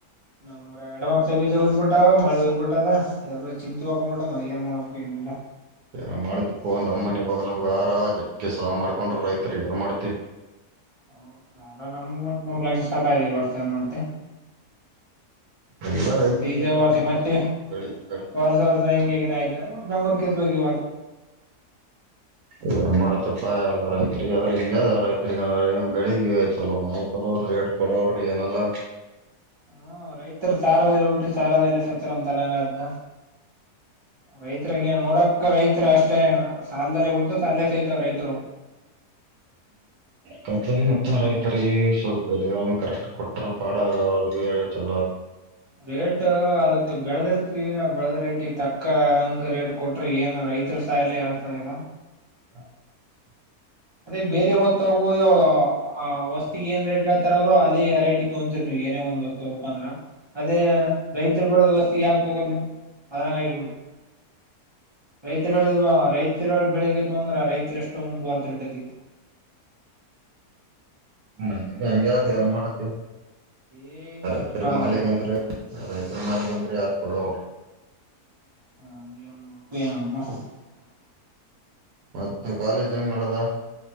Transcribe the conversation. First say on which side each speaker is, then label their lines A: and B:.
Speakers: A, on the right; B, on the right.
A: ನಮ್ೂರ ಅಡವಾನ್ರ್ಬಿವ ಮಳೆ ಉರ್ಬಿಟ್ಟದ ಎಲ್ಲ ಚಿಂತತ್ ಹೋಗಕೋಂಬಿದ ನ ಏ ಮಾಡೋಕ ಲ್ಲ
B: ಏನ್ ಮಾಡತತಿಪ್ಪ ನಮ್ಮ್ ಮನಿ ಬಾಗಲ ಯಾರ ಜಗ್ಗೆ ಸನ ಮಾಡ್ಕೊಂಡ್ರ ರೈತ್ರಿ ಏನ್ ಮಾಡ್ತಿ
A: ಹ ಸಾಲ ನಮ್ಮ ಮೂವತ್ ಮೂರ್ ಲಕ್ಷ ಸಾಲ ಆಯೀ ವರ್ತ ನ್ ಮಾಡತೆ
B: ಎಲ್ಲ ರೈತರಿ
A: ಮತ್ತೆ ಇದೇವರ್ತಿ
B: ಎದ್ರ ಬಂದದ
A: ಮತ್ತೆ
B: ಅದಕ್ ಬೆಳಿ ಬೆಳಿ
A: ವರ್ಸ ವರ್ಸ ಹಿಂಗಗೆ ಹಗನ ಆಯ್ತಾ ಮ ಬೆಂಗರ್ ಕತ್ಿ ವರ್ಸ
B: ಈ ಮಾಡತಪ್ಪ ಎಲ್ಲ ರೈತ್ರಿ ಆದದ್ರೆ ಹಿಂಗಾದ ರೈತ್ರಿರಿಗೆ ಬೆಳಿಗ್ಗೆ ಚಲೋ ಮಾಪಡ ರೇಟ್ ಕೊಡೋಡ್ರಿ ಏನಲ್ಲಾ
A: ಹ್ಮ ರೈತರು ಸಾರದಲ್ಲಿ ಹಟ್ಟು ಸಾರದಲ್ಲಿ ಸತ್ರ ಅಂತರಂಗದ್ದ ರೈತರ ಹಂಗೆ ನೋಡಕ ರೈತ್ರ ಅಷ್ಟೇ ಸಾಲದದಲ್ಲಿ ಹಡ್ತ ಸಲ್ಲ ಸಹಿತ ರೈತರು
B: ಹಕತ್ ಮತ್ತ ರೈತರಿಗೆ ಸ್ವಲ್ಪ ಬೆ ಕರೆಕ್ಟ್ ಕೊಟ್ರ ಪಾಡ ಬ ಚಲ
A: ರೇಟ್ ಅದಕ್ ಬೆಳೆದಿರ್ತ ಬೆಳೆದ ರೇಟ್ ಈ ತಕ್ಕ ಹಂಗ ರೇಟ್ ಕೊಟ್ರ ಏನ್ ರೈತರ ಸಾಯಲ್ಲ ಯಾರ ಸಾಯಲ್ಲ
B: ಹ
A: ಅದೇ ಬೇರೆ ವಸ್ತು ಹಕಯ್ಯ ವಸ್ತತಿಗೆ ಏನ್ ರೇಟ್ ಹತಾರ ಅವರು ಅದೇ ರೇಟಿಗೆ ತೊಂತರರಿ ನೀ ಏನೇ ಒಂದ್ ವಸ್ತ ಹಖಂದ್ರ ಅದೇ ರೈತರು ಬಡೋದ ವಸ್ತು ಯಾಕ ತಗೋಲ್ ನೀವು್ ಅದರಂಗಾಯ ಕೊೂಡತ ರೈತರ ರೈತ ಬೆಳಗ್ ತೊಂದ್ರ ರೈತ ಎಷ್ಟು ಮುಂದುವರ್ದಟೈತಿ
B: ಮಂಟ ಹೆಂಗಗೆ ಯಾವ ಏರ್ ಮಾಡಡತ್ತ
A: ಏನ್
B: ರೈತರು
A: ಮಾಡಕ್ಕಾಗಲ್ಲ
B: ಮಾಲಿಕ ಅಂದ್ರೆ ರೈತರು ಮಾಲಿಕ ಅಂದ್ರ ಯಾರ್ು ಕೊಡರು
A: ಹಾ ಯ ಯ
B: ಮತ್ತ ಕಾಲೇಜ್ ಹೆಂಗ ನೋಡದ